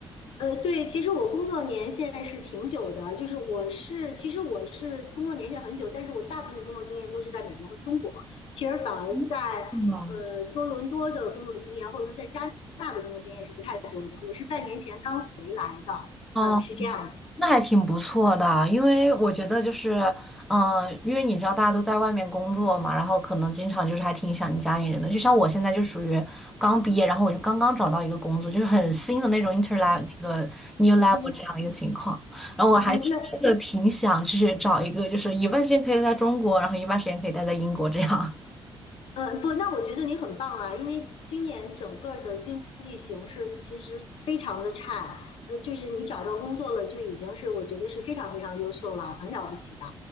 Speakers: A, on the left; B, in the centre.
A: 呃，对，其实我工作年限是挺久的，就是我是其实我是工作年限很久，但是我大部分的工作经验都是在美国和中国，其实反而在呃多伦多的工作经验或者说在加拿大的工作经验是不太多的。
B: 嗯哇，
A: 我是半年前刚回来的，
B: 哦
A: 嗯、是这样子。
B: 那还挺不错的啊，因为我觉得就是，嗯、因为你知道大家都在外面工作嘛，然后可能经常就是还挺想你家里人的。就像我现在就属于刚毕业，然后我就刚刚找到一个工作，就是很新的那种 inter
A: 嗯
B: l e v e 那个 new
A: 嗯哼
B: level 这样的一个情况。然后我还真的挺想就是找一个，
A: 嗯哼，那
B: 就是一半时间可以在中国，然后一半时间可以待在英国这样。
A: 嗯，不，那我觉得你很棒啊，因为今年整个的经济形势其实非常的差，呃，就是你找到工作了就已经是我觉得是非常非常优秀了，很了不起的。